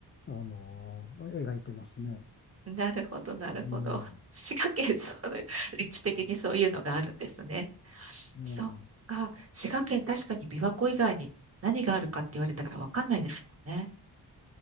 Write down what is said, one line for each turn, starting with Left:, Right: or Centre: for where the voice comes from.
Left: あのー描いてますね。
Right: うん。なるほど、なるほど。
Left: うん。
Right: 滋賀県、そういう、立地的にそういうのがあるんですね。
Left: ね
Right: そっか。滋賀県、確かに琵琶湖以外に何があるかって言われたからわかんないですもんね。